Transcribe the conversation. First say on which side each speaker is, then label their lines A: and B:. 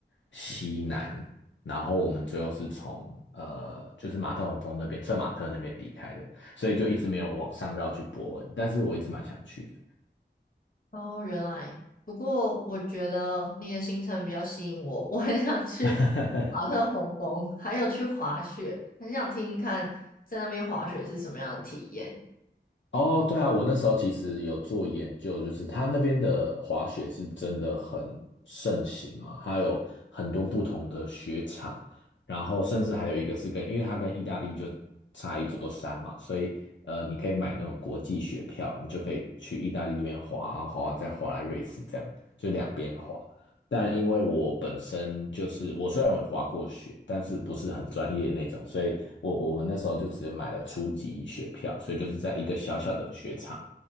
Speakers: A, on the left (about 85°); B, on the left (about 50°).
A: 西南，然后我们最后是从呃，就是马特洪峰那边，策马特那边离开的，所以就一直没有往上绕去伯恩，但是我一直蛮想去的。
B: 哦，原来，不过我觉得你的行程比较吸引我，我很想去
A: <laughs>
B: <laughs> 马特洪峰，还有去滑雪，很想听听看在那边滑雪是什么样的体验。
A: 哦，对啊，我那时候其实有做研究，就是他那边的滑雪是真的很盛行嘛，它有很多不同的雪场，然后甚至还有一个是跟，因为它跟意大利就差一座山嘛，所以呃，你可以买那种国际雪票，你就可以去意大利那边滑，然后滑完再滑来瑞士，这样就两边滑。但因为我本身就是我虽然有滑过雪，但是不是很专业那种，所以我我们那时候就直接买了初级雪票，所以就是在一个小小的雪场，